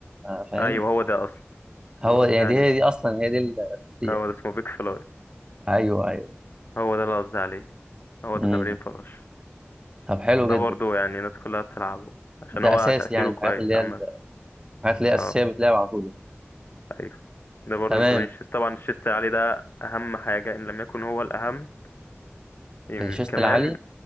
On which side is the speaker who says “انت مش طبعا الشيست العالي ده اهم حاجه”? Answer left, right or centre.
Left